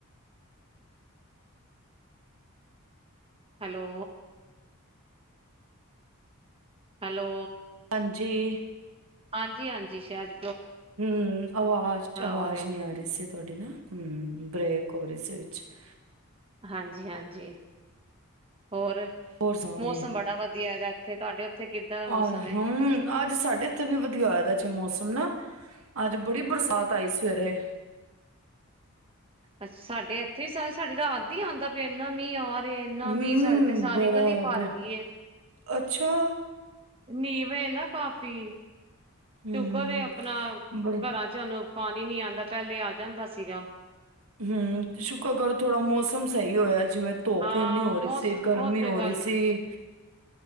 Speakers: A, on the right; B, on the right.
A: ਹੈਲੋ ਹੈਲੋ
B: ਹਾਂਜੀ ਜੀ
A: ਹਾਂਜੀ ਹਾਂਜੀ ਸ਼ੈਦ
B: ਹੂੰ ਅਵਾਜ਼ ਅਵਾਜ਼
A: ਹੋ ਰਿਹਾ।
B: ਨੀ ਆ ਰਹੀ ਸੀ ਤੁਹਾਡੀ ਨਾ ਹਮ ਬ੍ਰੇਕ ਹੋ ਰਹੀ ਸੀ। ਅੱਛਾ
A: ਹਾਂਜੀ ਹਾਂਜੀ ਹੋਰ
B: ਹੋਰ ਸੁਣਾਓ
A: ਮੌਸਮ
B: ਤੁਸੀਂ
A: ਬੜਾ ਵਧੀਆ ਐ ਤੇ ਤੁਹਾਡੇ ਕਿੱਦਾਂ ਦਾ ਮੌਸਮ
B: ਆਹ
A: ਏ?
B: ਹੂੰ ਅੱਜ ਸਾਡੇ ਇੱਥੇ ਵੀ ਵਧੀਆ ਦਾ ਚ ਮੌਸਮ ਨਾ। ਅੱਜ ਬੜੀ ਬਰਸਾਤ ਆਈ ਸਵੇਰੇ
A: ਅੱਛਾ ਸਾਡੇ ਇੱਥੇ ਵੀ ਸ ਸਾਡੀ ਰਾਤ ਹੀ ਆਦਾ ਇਨਾ ਮੀਂਹ ਆ ਇੰਨਾ
B: ਹੂੰ
A: ਮੀਂਹ ਸਾਡੇ ਤੇ ਸਾਰੀ
B: ਬੜਾ
A: ਗਲੀ ਭਰ
B: ਬ
A: ਗਈ ਏ।
B: ਅੱਛਾ
A: ਨੀਵੇਂ ਏ ਨਾ ਕਾਫੀ
B: ਹੂੰ
A: ਸ਼ੁਕਰ ਆਪਣਾ
B: ਬੜੇ
A: ਘਰਾਂ ਚ ਸਾਨੂੰ ਪਾਣੀ ਨੀ ਆਉਂਦਾ ਪਹਿਲੇ ਆ ਜਾਂਦਾ ਸੀਗਾ
B: ਹੂ ਸ਼ੁਕਗਰ ਸ਼ੁਕਰ ਕਰੋ ਥੋੜਾ ਮੌਸਮ ਸਹੀ ਕੀ ਹੋਇਆ ਅਜ ਜਿਵੇਂ ਧੱਪ
A: ਹਾਂ,
B: ਇੰਨੀ ਹੋ
A: ਮੌਸਮ
B: ਰਹੀ ਸੀ
A: ਉਹ
B: ਗਰਮੀ
A: ਤੇ
B: ਹੋ ਰਹੀ
A: ਗੱਲ
B: ਸੀ